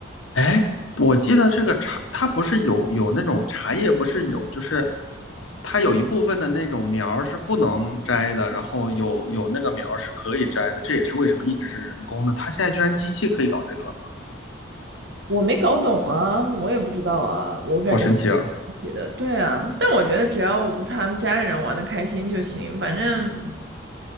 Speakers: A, on the left; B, on the right.
A: 哎，我记得这个茶，它不是有有那种茶叶，不是有，就是它有一部分的那种苗儿是不能摘的，然后有有那个苗儿是可以摘的，这也是为什么一直是人工的。它现在居然机器可以搞这个了吗？
B: 我没搞懂啊，我也不知道啊，我感觉
A: 好神奇啊！
B: 写的对啊，但我觉得只要他们家里人玩的开心就行，反正